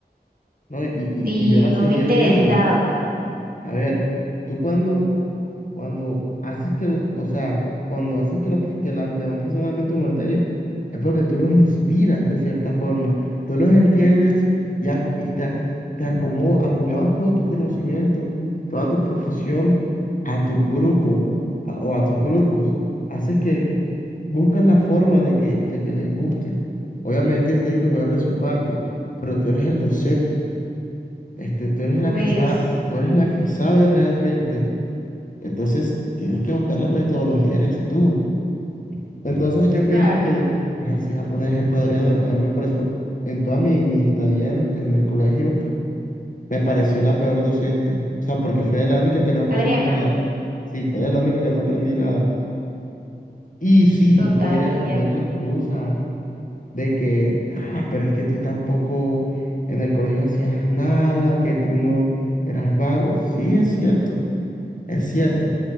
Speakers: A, on the left; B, on the right.
A: no, y, y-
B: y
A: y yo la
B: no
A: seguí
B: me interesaba.
A: odiando. A ver, tú cuando Cuando haces que, o sea, cuando haces que, lo- que las demás personas amen tu materia, es porque tú los inspiras de cierta forma. Tú los entiendes y, ac- y te, ac- te acomo- acomodas todo tu conocimiento, toda tu profesión a tu grupo a- o a tus grupos. Haces que buscas la forma de que, de que les guste. Obviamente ellos tienen que ver de su parte, pero tú eres el docente. Este, tú eres la
B: Pues,
A: que sabe, tú tú eres la que sabe realmente entonces, tienes que buscar las metodologías eres tú. Entonces, yo
B: claro.
A: pienso que, ahora sí, a poner ejemplo, Adriano, a mí me pareció, en toda mi, mi estadía en, en el colegio, me pareció la peor docente. O sea, porque fue de la única que no aprendí
B: Adriana,
A: nada. Sí, fue de la única que no aprendí nada. Y sí,
B: total,
A: tú podrías
B: ella,
A: poner la excusa de que, ah, pero es que tú tampoco en el colegio hacías nada, que tú no eras vago. Sí, es cierto. es cierto,